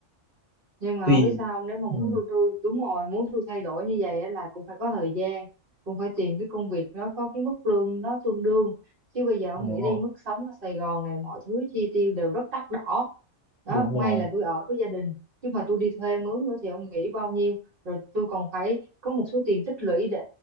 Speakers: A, on the right (about 50°); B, on the left (about 40°).
A: nhưng mà
B: tùy
A: không biết sao không? nếu mà muốn
B: ừ,
A: tôi, tôi đúng rồi muốn tôi thay đổi như vậy á là cũng phải có thời gian cũng phải tìm cái công việc nó có cái mức lương nó tương đương chứ bây giờ ông
B: đúng
A: nghĩ
B: rồi
A: đi mức sống ở Sài Gòn này mọi thứ chi tiêu đều rất đắt đỏ đó
B: đúng
A: may
B: rồi
A: là tôi ở với gia đình chứ mà tôi đi thuê mướn nữa thì ông nghĩ bao nhiêu rồi tôi còn phải có một số tiền tích lũy để